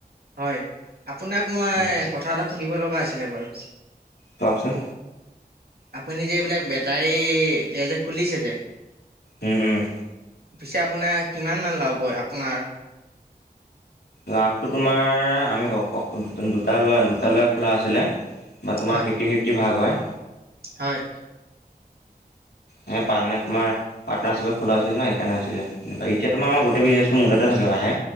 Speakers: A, on the right; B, on the left.
A: হয় আপোনাক মই
B: উম
A: কথা এটা সুধিব লগা আছিলে বাৰু
B: কওকচোন
A: আপুনি যে এইবিলাক তাই এ যে খুলিছে যে।
B: উম, উম।
A: পিছে আপোনাৰ কিমান মান লাভ হয়। আপোনাৰ
B: লাভটো তোমাৰ আমি দুটা ল'ৰা দুটা ল'ৰা খোলা আছিলে বা তোমাৰ
A: হয়
B: ফিফ্টি ফিফ্টি ভাগ হয়।
A: হয়।
B: মই পাৱা নাইট মানে তোমাৰ পাটৰ্নাৰশ্বিপত খোলা আছিল ন সেইকাৰণে এতিয়া তোমাৰ গোটেই বিজনেছ টো মোৰতাতে থাকে। আহে